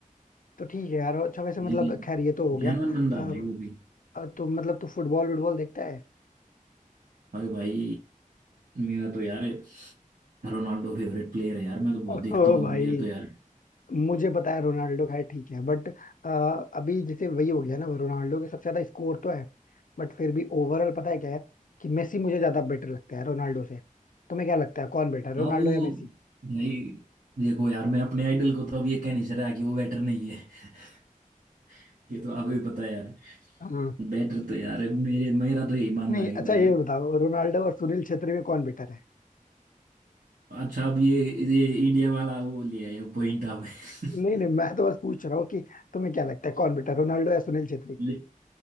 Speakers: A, on the left (about 70°); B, on the right (about 85°).
A: तो ठीक है यार अच्छा वैसे
B: लेकिन
A: मतलब खैर ये तो हो गया
B: जेनवन बंदा
A: अम,
B: है भाई वो भी
A: अ, तो मतलब तू फुटबॉल वुटबॉल देखता है
B: अरे भाई मेरा तो यार रोनाल्डो फेवरेट प्लेयर है यार मैं तो बहुत
A: <laughs>
B: देखता
A: ओ
B: हूँ
A: भाई
B: मेरा तो यार
A: मुझे पता है रोनाल्डो खैर ठीक है बट अभी जैसे वही हो गया ना रोनाल्डो के सबसे ज्यादा स्कोर तो है बट फिर भी ओवरऑल पता है क्या है कि मेसी मुझे ज्यादा बेटर लगता है रोनाल्डो से तुम्हें क्या लगता है कौन बेटर है
B: हाँ
A: रोनाल्डो
B: वो
A: या मेसी
B: भाई देखो यार मैं अपने आइडल को तो अब ये कह नहीं सकता कि वो बेटर नहीं है <laughs> ये तो आपको भी पता है यार
A: हाँ
B: बेटर तो यार मेरे मेरा तो यही मानना
A: नहीं
B: है कि
A: अच्छा
B: भाई
A: ये बताओ रोनाल्डो और सुनील छेत्री में कौन बेटर है
B: अच्छा अब ये ये इंडिया वाला वो लिया है पॉइंट आप <laughs>
A: नहीं नहीं मैं तो बस पूछ रहा हूँ कि तुम्हें क्या लगता है कौन बेटर रोनाल्डो या सुनील छेत्री
B: ले-